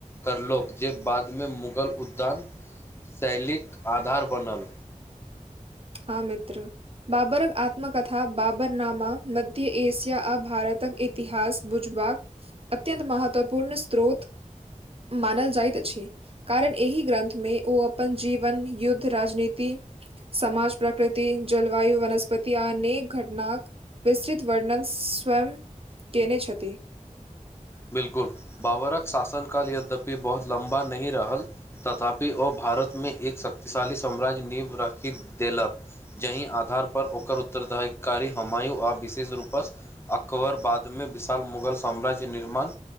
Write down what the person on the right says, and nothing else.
हँ मित्र बाबरक आत्मकथा बाबर नामा मध्य एशिया आ भारतक इतिहास बुझबाठ अत्यंत महत्वपूर्ण स्रोत मानल जाइत अछि कारण एहि ग्रन्थमे ओ अपन जीवन युद्ध राजनीति समाज प्रकृति जलवायु वनस्पति आ अनेक घटनाक विस्तृत वर्णन स्वयं केने छथि